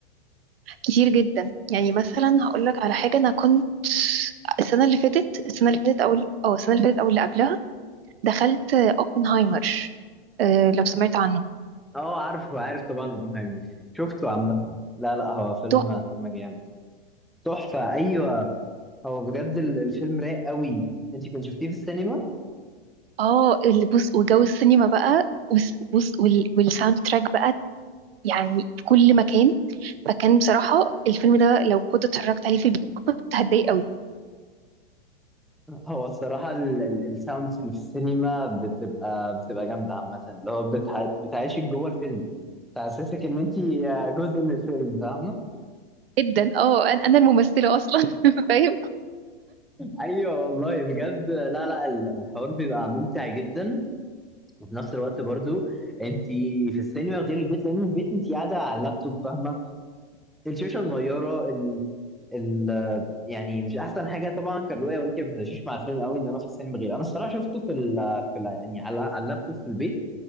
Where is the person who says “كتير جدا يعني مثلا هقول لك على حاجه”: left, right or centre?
Right